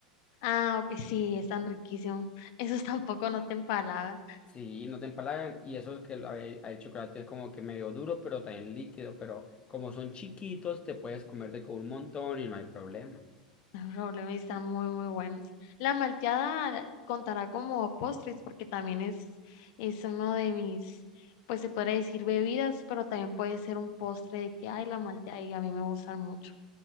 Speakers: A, on the left (about 55°); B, on the left (about 25°).
A: Ah, ok, sí, están riquísimos. <laughs> Esos tampoco no te empalagan.
B: Sí, no te empalagan. Y eso es que el, hay- hay chocolate es como que medio duro, pero también líquido. Pero como son chiquitos, te puedes comer de con un montón y no hay problema.
A: Los problemas están muy, muy buenos. La malteada contará como postres porque también es, es uno de mis, pues se podría decir bebidas, pero también puede ser un postre de que, ay, la malteada y a mí me gustan mucho.